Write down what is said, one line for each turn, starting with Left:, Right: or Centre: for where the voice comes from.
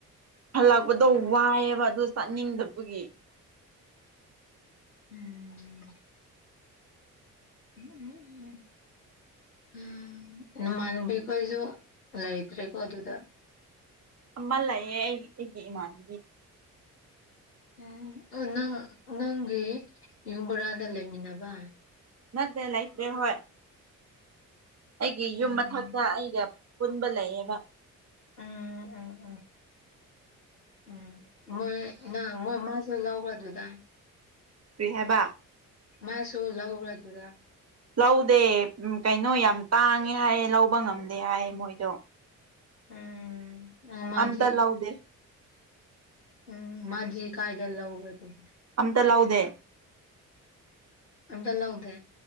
Right: ꯍꯜꯂꯛꯄꯗꯣ ꯋꯥꯏꯑꯦꯕ ꯑꯗꯨ ꯆꯠꯅꯤꯡꯗꯕꯒꯤ
Left: ꯎꯝ <unintelligible> ꯎꯝ ꯅꯃꯥꯟꯅꯕꯤꯈꯣꯏꯁꯨ ꯂꯩꯇ꯭ꯔꯦꯀꯣ ꯑꯗꯨꯗ
Right: ꯑꯃ ꯂꯩꯌꯦ ꯑꯩ ꯑꯩꯒꯤ ꯏꯃꯥꯟꯒꯤ
Left: ꯎꯝ ꯑꯣ ꯅꯪ ꯅꯪꯒꯤ ꯌꯨꯝ ꯕꯣꯔꯥꯗ ꯂꯩꯃꯤꯟꯅꯕ
Right: ꯅꯠꯇꯦ ꯂꯩꯇ꯭ꯔꯦ ꯍꯣꯏ ꯑꯩꯒꯤ
Left: ꯎꯝ
Right: ꯌꯨꯝ ꯃꯊꯛꯇꯥ ꯑꯩꯒ ꯄꯨꯟꯕ ꯂꯩꯑꯕ
Left: ꯎꯝ ꯎꯝ ꯎꯝ ꯎꯝ ꯃꯣꯏ ꯃꯥ ꯃꯣꯏ ꯃꯥꯁꯨ ꯂꯧꯕ꯭ꯔꯥ ꯑꯗꯨꯗꯥ
Right: ꯀ꯭ꯔꯤ ꯍꯥꯏꯕ
Left: ꯃꯥꯁꯨ ꯂꯧꯕ꯭ꯔꯥ ꯑꯗꯨꯗ
Right: ꯂꯧꯗꯦ ꯎꯝ ꯀꯩꯅꯣ ꯌꯥꯝ ꯇꯥꯡꯉꯦ ꯍꯥꯏꯌꯦ ꯂꯧꯕ ꯉꯝꯗꯦ ꯍꯥꯏꯌꯦ ꯃꯣꯏꯗꯣ
Left: ꯎꯝ ꯎꯝ ꯃꯗꯤ
Right: ꯑꯝꯇ ꯂꯧꯗꯦ
Left: ꯎꯝ ꯃꯥꯗꯤ ꯀꯥꯏꯗ ꯂꯥꯎꯕ꯭ꯔꯥ ꯑꯗꯨꯗꯤ
Right: ꯑꯝꯇꯥ ꯂꯧꯗꯦ
Left: ꯑꯝꯗ ꯂꯧꯗꯦ